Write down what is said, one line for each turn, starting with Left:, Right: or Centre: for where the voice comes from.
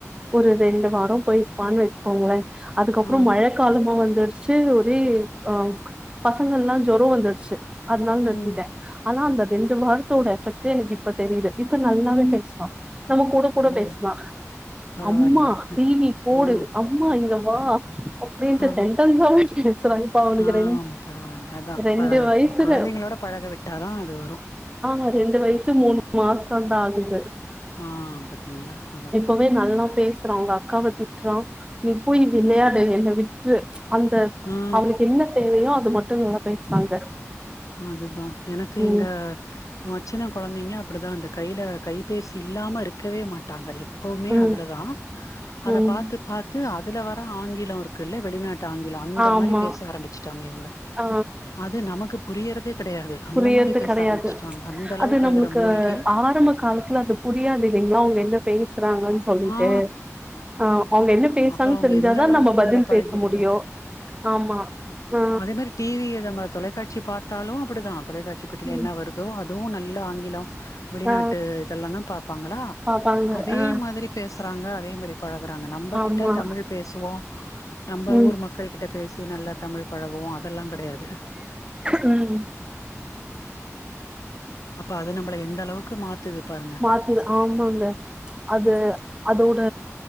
Right: ஒரு ரெண்டு வாரொ போய்யிருப்பான்னு வச்சுக்கோங்ளே அதுக்கப்றோ
Left: ஆ
Right: மழ காலமோ வந்துடுச்சு ஒரே ஆ பசங்கள்லா ஜொரொ வந்துட்ச்சு அத்னால நிறுத்திட்டே
Left: ம்
Right: ஆனா அந்த ரெண்டு வாரத்தோட எஃபெக்டே இப் ப தெரியுது இப்ப நல்லாவே பேஸ்வா நம்ம கூட கூட
Left: ஓ
Right: பேஸ்லா
Left: பரவால்லயே
Right: அம்மா டிவி போடு
Left: ஆ
Right: அப் அம்மா இங்க வா அப்டின்ட்டு
Left: ஆ
Right: சென்டன்சாவே பேசுறா இப்பா அவனுக்கு
Left: ஆ
Right: ரெண்
Left: பரவால்ல அதா
Right: ரெண்டு
Left: பழ
Right: வயசுதெ
Left: கொழந்தைங்களோட பழக விட்டாதா அது வரூ
Right: ஆ ரெண்டு வயசு மூணு மாசந்தா ஆகுது
Left: ஆ பாத்தீங்களா அதா
Right: இப்பவே நல்லா பேசுறா அவங்க அக்காவ திட்றா நீ போய் விளையாடு என்ன விட்ரு அந்த
Left: ஆ
Right: அவூங்களூக்கு என்ன தேவையோ அது மட்டூ நல்லா பேசுறாங்க
Left: அதுதா எனக்கு
Right: ம்
Left: இந்த மச்சின கொழந்தைங்க அப்டிதா அந்த கையில கைபேசி இல்லாம இருக்கவே மாட்டாங்க எப்பவ்வூமே
Right: ம்
Left: அதுல தா அத
Right: ம்
Left: பாத்து பாத்து அதுல வர ஆங்கிலோ இருக்குல்ல வெளிநாட்டு ஆங்கிலோ அந்த
Right: ஆமா
Left: மாரி பேச ஆரமிச்சட்டாங்க இவங்க
Right: ஆ
Left: அது நமக்கு புரியறதே கெடையாது அந்த
Right: புரியறது
Left: மாரி பேச
Right: கெடையாது
Left: ஆரம்பிச்சுட்டாங்க அந்த அளவுக்கு
Right: அது நம்மளுக்கு
Left: அதுல மூழ்கி
Right: ஆரம்ப காலத்துல அது புரியாது இல்லிங்ளா அவங்க என்ன பேசுறாங்கான் சொல்லிட்டு
Left: ஆ
Right: அ அவங்க என்ன பேசாங்
Left: அப்ப அவங்க
Right: தெரிஞ்சாதா
Left: எந்த அளவுக்கு
Right: நம்ம பதில்
Left: அதுல பழகிருந்தா
Right: போச முடியூ ஆமா ஆ
Left: அதே மாரி டிவி நம்ம தொலைக்காட்சி பாத்தாலு அப்டிதா தொலைக்காட்சி பெட்டியில
Right: ம்
Left: என்ன வருதோ அது அதுவு நல்ல ஆங்கிலம் வெளிநாட்டு
Right: ஆ
Left: இதெல்லாதா பாப்பாங்களா
Right: பாப்பாங்க
Left: அதே
Right: ஆ
Left: மாதிரி பேசுறாங்க அதே மாரி பழகுறாங்க நம்ம
Right: ஆமா
Left: கிட்ட தமிழ் பேசுவோ நம்ம
Right: ம்
Left: ஊர் மக் கள் கிட்ட பேசி நல்லா தமிழ் பழகுவோ அதெல்லா கெடயாது
Right: ம்
Left: அப்ப அது நம்ள எந்த அளவுக்கு மாத்துது பாருங்க
Right: அது ஆமாங்க அது அதோட